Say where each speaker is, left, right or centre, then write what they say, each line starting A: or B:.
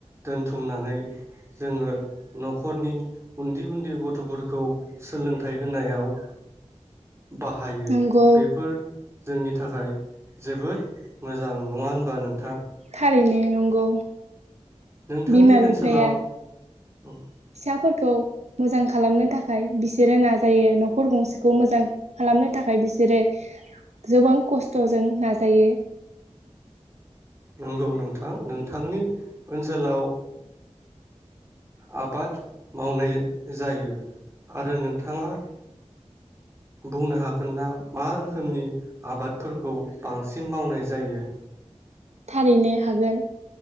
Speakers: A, on the right; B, on the right.
A: दोनथुमनानै जोङो न'खरनि उन्दै उन्दै गथ'फोरखौ सोलोंथाइ होनायाव बाहायो
B: नंगौ
A: बेफोर जोंनि थाखाय जोबोद मोजां नङा होनबा नों
B: थारैनो नंगौ।
A: नोंथांनि
B: बिमा बिफाया
A: ओनसोलाव औ।
B: फिसाफोरखौ मोजां खालामनो थाखाय बिसोरो नाजायो न'खर गंसेखौ मोजां खालामनो थाखाय बिसोरो जोबां खस्थ'जों नाजायो।
A: नंगौ नोंथां नोंथांनि ओनसोलाव आबाद मावनाय जायो आरो नोंथाङा बुंनो हागोन ना मा रोखोमनि आबादफोरखौ बांसिन मावनाय जायो?
B: थारैनो हागोन।